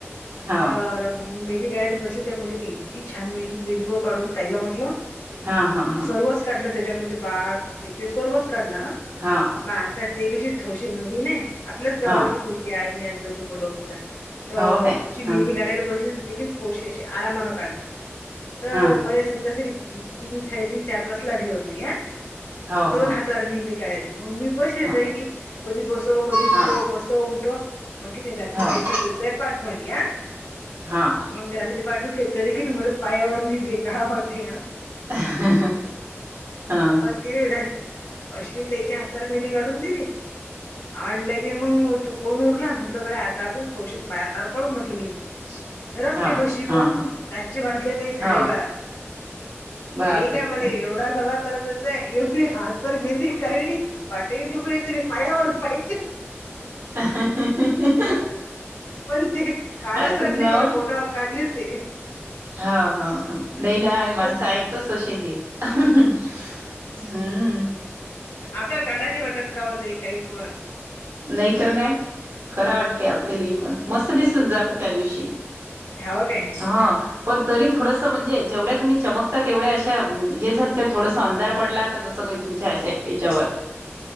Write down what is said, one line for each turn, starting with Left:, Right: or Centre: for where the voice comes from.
Right: हा
Left: तर मग मेहंदी काढायला बसली त्या मुलींनी इतकी छान मेहदी दिली काढून ताईला म म्हंटलं
Right: हा हा
Left: सर्वच काढलं त्याच्यावर म्हणजे बाळ हे ते सर्वच काढलं हा मग
Right: हा
Left: आता ते कशी थोशी नवीन आहे आपल्याच गावातली
Right: हा
Left: मुलग ते आईनी आणल होतो बोलावून तिला तर
Right: हा हो काय
Left: अशी
Right: हा
Left: मेहंदी काड्याला बसली देखील थोडीशी अशी आरामानं काढी तर
Right: हा
Left: मध्ये समजा तरी तीन साडेतीन चार तास लागले होते या
Right: हो
Left: दोन
Right: हो
Left: हातावर मेहंदी काढली मग मी बसेत
Right: हा
Left: राहिली कधी बसो कधी
Right: हा
Left: उठो बस च उठो मग कि नाही रात्री
Right: हो
Left: दुखय होत पाठ माझीया
Right: हां.
Left: मग रात्री पाठूख तरी की नाही मला पायावर मी दे का वाटेया
Right: हा हा.
Left: तीने नाय अश्विन त्याच्या हातावर मेदी काढून दिली अन मग तू कोन उरला म्हटल कडे आता आपण थोडीशी पायार काढू म्हटलं मी
Right: हो
Left: रंगते कशी
Right: हा
Left: पण
Right: हा
Left: रातचे वाजले ते साडेबारा
Right: हो बापरे
Left: हे का मला एवढा कला करत होता एवढी हातभरी मेहंदी काढली <unintelligible> पटतीघरल तरी पायावर पाहिच
Right: ह <unintelligible>
Left: पण ते काढाच
Right: आहेतच
Left: वाटली मी
Right: हो
Left: ना बोटावर काढलीच ते.
Right: हा हा हा नाही ना माणसं
Left: तस
Right: आहेतच तशी ही हम्म.
Left: आपल्याला काय अडानी वाटतात का औ काहीपण
Right: नाहीतर काय खरा
Left: हम्म
Right: वाटते आपल्याला हि पण मस्त दिसत जा आपण त्या दिवशी
Left: हो काय?
Right: हा पण तरी थोडंसं म्हणजे जेवढ्या तुम्ही चमकत्या तेवढ्या अशा हे झालत थोडसं अंधार पडला होता जसं काही तुमच्या अशे याच्यावर